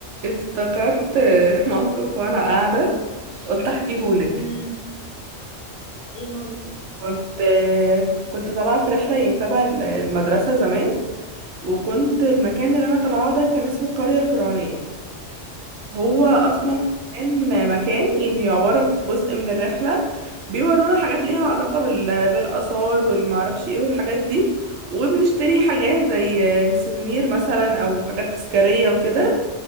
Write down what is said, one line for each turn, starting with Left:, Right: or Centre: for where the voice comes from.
Right: افتكرت <laughs> آه، موقف وانا قاعده قلت احكيهولك
Left: امم ايه هو
Right: كنت آه، كنت طالعه في رحله يعني تبع ال- المدرسه زمان وكنت المكان اللي انا طالعاه ده كان اسمه القريه الفرعونيه هو اصلا
Left: ايوه
Right: كان مكان يعني عباره جزء من الرحله بيورونا حاجات ليها علاقه بال... بالاثار والمعرفش ايه والحاجات دي وبنشتري حاجات زي آه، سيفونير مثلا او حاجات تذكاريه وكده